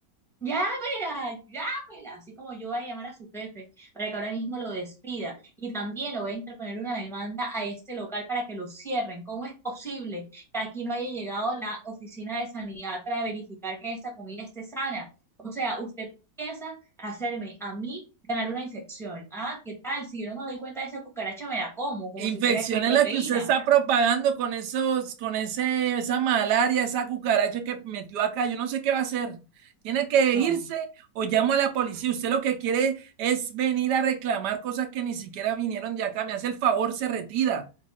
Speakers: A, in the centre; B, on the right (about 75°).
A: Llámela, llámela, así como yo voy a llamar a su jefe para que ahora mismo lo despida. Y también lo voy a interponer una demanda a este local para que lo cierren. ¿Cómo es posible que aquí no haya llegado la oficina de sanidad para verificar que esta comida esté sana? O sea, usted piensa hacerme a mí ganar una infección. Ah, ¿qué tal? Si yo no me doy cuenta de esa cucaracha, me la como, como
B: Infección
A: si fuera que proteína.
B: es la que usted está propagando con esos, con ese, esa malaria, esa cucaracha que metió acá. Yo no sé qué va a hacer. Tiene que
A: No.
B: irse o llamo a la policía. Usted lo que quiere es venir a reclamar cosas que ni siquiera vinieron de acá. Me hace el favor, se retira.